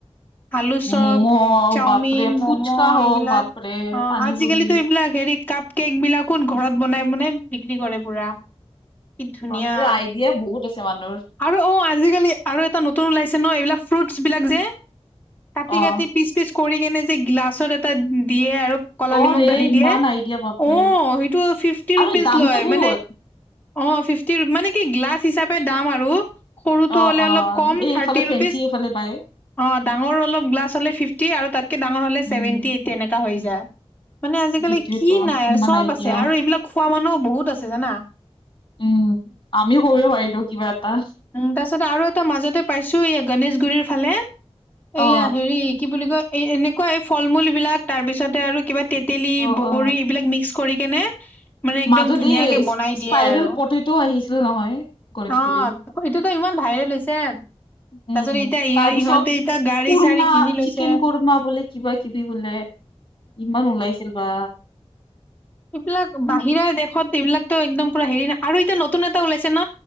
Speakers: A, on the left (about 15°); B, on the left (about 50°).
A: আলু চপ,
B: ম'ম'
A: চাওমিন,
B: বাপৰে ফুচকা
A: ম'ম'
B: হওক
A: এইবিলাক।
B: বাপৰে
A: অ,
B: পানী
A: আজি আজিকালিটো
B: পুৰি
A: এইবিলাক হেৰি কাপ কেক বিলাকো ঘৰত বনাই বনাই বিক্ৰী কৰে পুৰা। কি ধুনীয়া!
B: বাপৰে আইডিয়া বহুত আছে মানুহৰ
A: আৰু অ, আজিকালি আৰু এটা নতুন ওলাইছে ন? এইবিলাক ফ্ৰুটছ বিলাক যে কাটি-কাটি,
B: অ
A: পিচ-পিচ কৰি কেনে যে গিলাচত এটা দিয়ে আৰু, ক'লা
B: অ
A: নিমখ
B: ৰে
A: ঢালি
B: ইমান
A: দিয়ে,
B: আইডিয়া বাপৰে
A: অহ, সেইটো ফিফ্টি ৰুপিছ
B: আৰু দামটো
A: লয়।
B: বহুত
A: মানে অ, ফিফটি মানে কি গ্লাছ হিচাপে দাম আৰু। সৰুটো
B: অ
A: হ'লে
B: অ
A: অলপ কম
B: এই
A: থাৰ্টি
B: এইফালে
A: ৰুপিচ।
B: ফেঞ্চি এইফালে পায়
A: অ, ডাঙৰ অলপ গ্লাছ হ'লে ফিফটি আৰু তাতকে ডাঙৰ হ'লে
B: উম
A: চেভেনটি এইট এনেকুৱা হৈ যায়। মানে আজিকালি
B: সেইটোয়েতো
A: কি নাই? আৰু
B: ইমান
A: চব
B: আইডিয়া
A: আছে আৰু এইবিলাক খোৱা মানুহও বহুত আছে জানা।
B: উম, আমিও কৰিব পাইলো কিবা এটা।
A: তাৰপাছত আৰু এটা মাজতে পাইছো এই গনেশগুৰিৰ ফালে,
B: অ
A: এইয়া হেৰি কি বুলি কয় এই এনেকুৱা এই ফল-মূলবিলাক তাৰ পিছতে আৰু কিবা তেতেলী,
B: অ
A: বগৰী
B: অ
A: এইবিলাক মিক্স কৰি কেনে মানে একদম
B: মাজত
A: ধুনীয়াকে
B: এই
A: বনাই দিয়ে
B: স্পাইৰেল
A: আৰু
B: পটেটো আহিছিল নহয় গণেশগুৰিত
A: অহ। এইটোতো ইমান ভাইৰেল হৈছে।
B: উম,
A: তাৰপিছত এতিয়া ইহ
B: তাৰপিছত
A: ইহঁতে এতিয়া গাড়ী
B: কুৰ্মা,
A: চাড়ী কিনি লৈছে।
B: চিকেন কুৰৰ্মা বোলে কিবা-কিবি বোলে। ইমান ওলাইছিল বা।
A: এইবিলাক
B: উম
A: বাহিৰা দেশত এইবিলাকতো একদম পুৰা হেৰি নাই, আৰু এতিয়া নতুন এটা ওলাইছে ন?